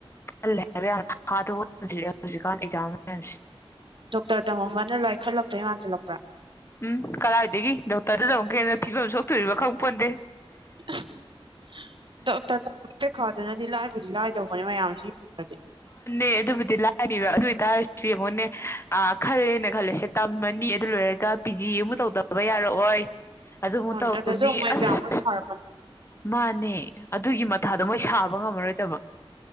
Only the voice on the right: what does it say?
ꯗꯣꯛꯇꯔ ꯇꯝꯃꯝꯕꯅ
ꯂꯥꯏꯈꯠꯂꯛꯇꯣꯏ ꯃꯥꯟꯁꯤꯜꯂꯛꯄ꯭ꯔꯥ
<unintelligible> <inaudible> ꯗꯣꯛꯇꯔ ꯄꯩꯈꯥꯗꯨꯅꯗꯤ ꯂꯥꯏꯕꯨꯗꯤ ꯂꯥꯏꯗꯧꯕꯅꯦ ꯃꯌꯥꯝꯁꯤ ꯌꯦꯡꯗꯤ
ꯃꯥꯅꯦ
ꯑꯗꯁꯨ ꯑꯃꯨꯛ ꯑꯦꯛꯖꯥꯝꯕꯨꯗꯤ
ꯊꯥꯔꯛꯀꯅꯤ